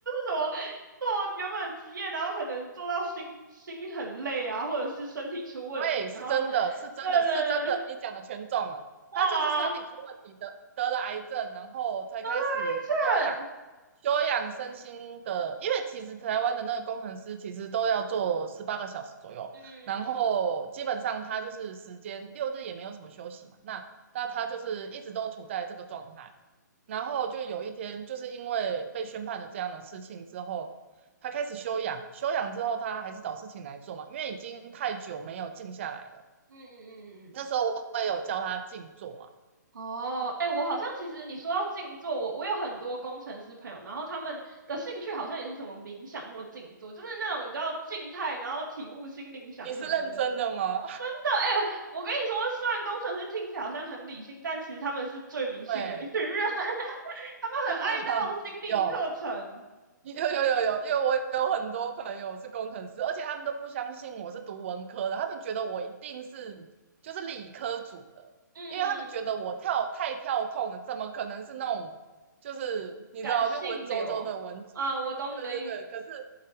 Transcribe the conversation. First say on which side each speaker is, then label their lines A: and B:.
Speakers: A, on the right; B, on the right.
A: 什么做原本职业，然后可能做到心心很累啊，或者是身体出问题，
B: 对，是真的，
A: 然后
B: 是真的，
A: 对对对，
B: 是真的，你讲的全中了。
A: 哇，
B: 他就是身体出问题的，得了癌症，然后才开始休养，
A: 得了癌症，
B: 休养身心的。因为其实台湾的那个工程师其实都要做十八个小时左右，
A: 嗯
B: 然后基本上他就是时间六日也没有什么休息嘛。那那他就是一直都处在这个状态，然后就有一天就是因为被宣判了这样的事情之后，他开始休养，休养之后他还是找事情来做嘛，因为已经太久没有静下来了。
A: 嗯嗯嗯嗯。
B: 那时候我也有教他静坐啊。
A: 嗯哦，哎，我好像其实你说到静坐，我我有很多工程师朋友，然后他们的兴趣好像也是什么冥想或静坐，就是那种你知道静态，然后体悟心灵祥和的那种。
B: 你是认真的吗？
A: 真的，哎，我跟你说，虽然工程师听起来好像很理性，但其实他们是最迷信的一群人，
B: 对，
A: <laughs> 他们很爱那种心灵课程，
B: <laughs> 有有有有有，因为我有很多朋友是工程师，而且他们都不相信我是读文科的，他们觉得我一定是就是理科组的，
A: 嗯，
B: 因为他们觉得我跳太跳痛了，怎么可能是那种就是你知道就文绉绉的文组？
A: 感性流，啊，我懂你的意思。
B: 对对对，可是